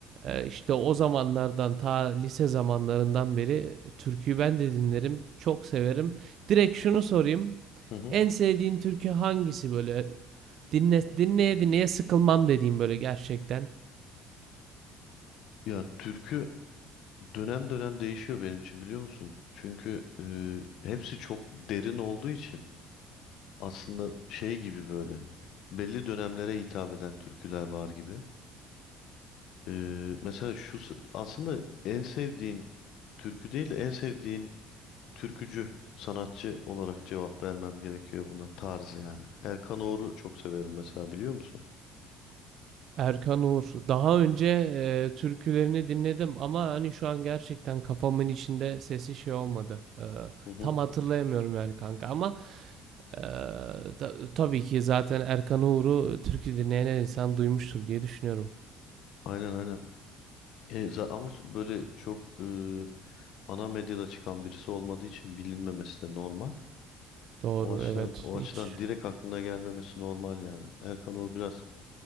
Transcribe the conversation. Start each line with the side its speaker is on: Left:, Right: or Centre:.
Right: ee, İşte o zamanlardan ta lise zamanlarından beri türküyü ben de dinlerim. Çok severim. Direkt şunu sorayım.
Left: hı hı.
Right: En sevdiğin türkü hangisi böyle? Dinle, dinleye dinleye sıkılmam dediğim böyle gerçekten.
Left: Ya türkü dönem dönem değişiyor benim için biliyor musun? Çünkü e, hepsi çok derin olduğu için aslında şey gibi böyle belli dönemlere hitap eden türküler var gibi. E, mesela şu s- aslında en sevdiğin türkü değil de en sevdiğin türkücü sanatçı olarak cevap vermem gerekiyor buna tarz yani. Erkan Oğur'u çok severim mesela biliyor musun?
Right: Erkan Uğur. Daha önce eee, türkülerini dinledim ama hani şu an gerçekten kafamın içinde sesi şey olmadı. Eee,
Left: Hı hı.
Right: tam hatırlayamıyorum yani kanka ama eee, ta- tabii ki zaten Erkan Uğur'u türkü dinleyen her insan duymuştur diye düşünüyorum.
Left: Aynen aynen. E, za- ama s- böyle çok e, ana medyada çıkan birisi olmadığı için bilinmemesi de normal.
Right: Doğru
Left: O açıdan
Right: evet
Left: o
Right: hiç
Left: açıdan direkt aklına gelmemesi normal yani. Erkan Oğur biraz